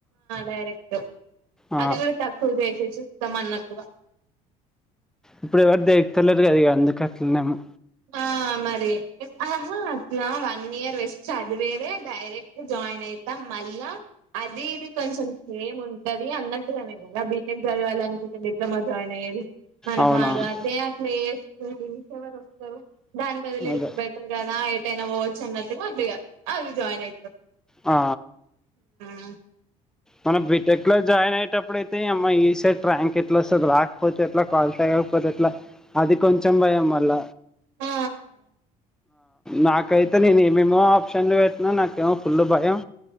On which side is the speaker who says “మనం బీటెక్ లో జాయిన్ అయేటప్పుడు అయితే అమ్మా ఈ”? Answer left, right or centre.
Centre